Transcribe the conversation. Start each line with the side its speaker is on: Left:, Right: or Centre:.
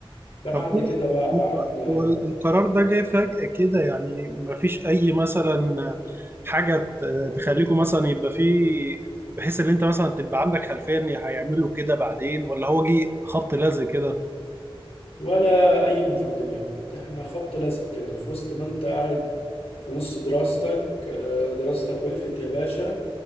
Left: بعد
Right: طب هو
Left: كده بقى قعدنا
Right: هو هو القرار ده جاي فجأة كده يعني مفيش أي مثلا حاجة ت- تخليكم مثلا يبقى فيه بحيث إن أنت مثلا تبقى عندك خلفية إن هيعملوا كده بعدين ولا هو جه خبط لزق كده؟
Left: ولا أي مقدمات إحنا خبط لزق كده في وسط ما أنت قاعد في نص دراستك آه، دراستك وقفت يا باشا